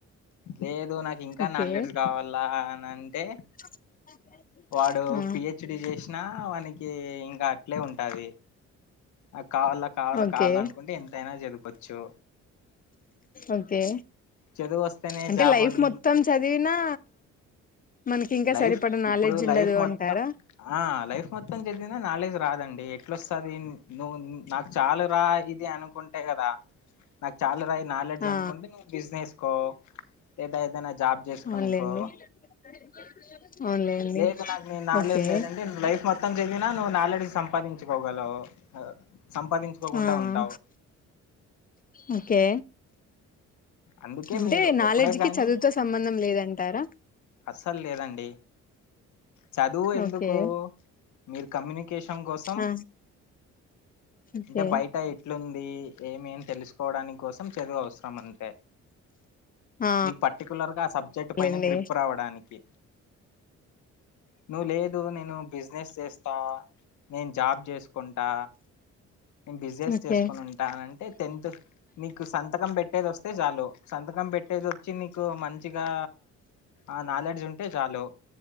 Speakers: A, on the left; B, on the left.
A: లేదు నాకు ఇంకా
B: ఓకే
A: నాలెజ్ కావాలా అని అంటే
B: <unintelligible>
A: వాడు
B: ఆ
A: పిహెచ్డి చేసినా వానకి ఇంకా అట్లే ఉంటాది. ఆ కావాల కావాలా
B: ఓకే
A: కావాల అనుకుంటే ఎంతయినా చదుకోవచ్చు,
B: ఓకే
A: చదువు వస్తేనే
B: అంటే
A: జాబ్
B: లైఫ్
A: అన్
B: మొత్తం చదివినా మనకి ఇంకా
A: లైఫ్
B: సరిపడ
A: ఇప్పుడు
B: నాలెడ్జ్ ఉండదు
A: లైఫ్ మొత్తం
B: అంటారా
A: ఆ లైఫ్ మొత్తం చదివినా నాలెడ్జ్ రాదండి. అండి ఎట్లొస్తది నువ్వు నాకు చాలా రా ఇది అనుకుంటే కదా నాకు చాలా రా నాలెడ్జ్
B: ఆ
A: అనుకుంటే నువ్వు బిజినెస్కో, లేదా ఏదైనా జాబ్ చేసుకునికో
B: అవునులేండి <unintelligible> అవునులేండి
A: లేదు నాకు నీ నాలెడ్జ్
B: ఓకే
A: లేదండి లైఫ్ మొత్తం చదిిన నువ్వు నాలెడ్జ్ సంపాదించకోవ ఓగాలు సంపాదించుకోకుండా
B: ఆ ఆ!
A: ఉంటావు.
B: ఓకే
A: అందుకే
B: అంటే
A: మీరు
B: నాలెడ్జ్కిి
A: ఎప్పుడే గాని
B: చదువుతో సంబంధం లేదంటారా,
A: అస్సలు లేదండి చదువు ఎందుకు
B: ఓకే
A: మీరు కమ్యూనికేషన్ కోసం
B: ఆ ఓకే
A: అంటే బయట ఎట్లుంది ఏమి అని తెలుసుకోవడా కోసం చదువు అవసరం అంటే
B: ఆ
A: నీకు పర్టికులర్గా ఆ సబ్జెక్ట్
B: అవునులేండి
A: పైన గ్రిప్ రావడానికి నువ్వు లేదు నేను బిజినెస్ చేస్తా నేను జాబ్ చేసుకుంటా నేను బిజినెస్
B: ఓకే
A: చేసుకొని ఉంటానంటే టెన్త్ నీకు సంతకం పెట్టేది వస్తే చాలు సంత కం పెట్టేది వచ్చి నీకు మంచిగా ఆ నాలెడ్జ్ ఉంటే చాలు